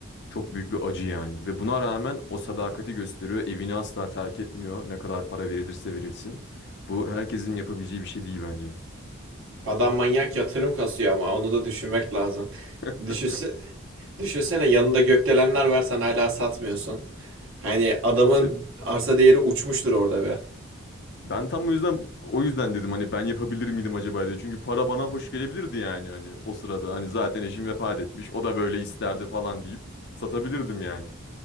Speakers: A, on the left (about 55°); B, on the right (about 70°).
A: çok büyük bir acı yani. Ve buna rağmen o sadakati gösteriyor. Evini asla terk etmiyor. Ne kadar para verilirse verilsin. Bu herkesin yapabileceği bir şey değil bence.
B: Adam manyak yatırım kasıyor ama onu da düşünmek lazım.
A: <laughs>
B: Düşünse, düşünsene yanında gökdelenler var sen hala satmıyorsun. Hani adamın
A: E,
B: arsa değeri uçmuştur orada be.
A: Ben tam o yüzden o yüzden dedim hani ben yapabilir miydim acaba diye. Çünkü para bana hoş gelebilirdi yani hani o sırada hani zaten eşim vefat etmiş. O da böyle isterdi falan deyip satabilirdim yani.